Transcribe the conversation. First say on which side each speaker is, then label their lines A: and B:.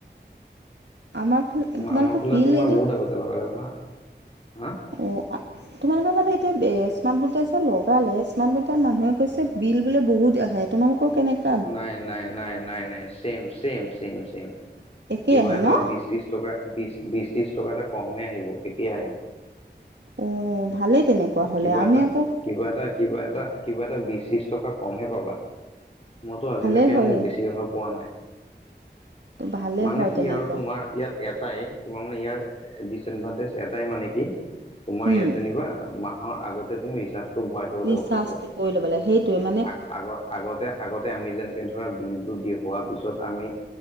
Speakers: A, on the right; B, on the left.
A: আমাৰ ফালে তোমালোকৰ
B: আমাৰ ফালে
A: বিল
B: তোমাৰ
A: এনে
B: বহুত
A: অ',
B: আগতে লগালে ভাল। হা?
A: তোমালোকৰ ফালে এতিয়া স্মাৰ্টমিটাৰ যে লগালে স্মাৰ্টমিটাৰ মানুহে কৈছে বিল বোলে বহুত আহে। তোমালোকৰ কেনেকে?
B: নাই-নাই-নাই-নাই-নাই, চেম-চেম-চেম-চেম,
A: একেই
B: কিবা
A: আহে
B: এটা
A: ন
B: বিচ ত্ৰিশ টকা বিশ, বিশ ত্ৰিশ টকা এটা কমেই আহিব ঠিকে আহে।
A: অ, ভালেই তেনেকুৱা হ'লে
B: কিবা
A: আমি
B: এটা
A: আকৌ।
B: কিবা এটা কিবা এটা কিবা এটা বিশ ত্ৰিশ টকা কমহে পাবা। মইতো আজিলৈকে
A: ভালেই হয়
B: মোৰ বেছি অহা পোৱা নাই।
A: ভালেই
B: মানে
A: হয়
B: কি
A: তেনেকুৱা
B: আৰু তোমাৰ ইয়াত এটাই। তোমাৰ মানে ইয়াৰ ডচএডভানটেজ এটাই মানে কি তোমাৰ
A: উম,
B: ইয়াত যেনিবা মাহৰ আগতে তুমি ৰিচাৰ্জটো ভৰাই থব লাগিব
A: ৰিচাৰ্জটো
B: পইচাটো
A: কৰি ল'ব লাগে সেইটোৱে মানে
B: আগ-আগ আগতে-আগতে আমি যেনেকে ধৰা বিলতটো দি হোৱাৰ পিছত আমি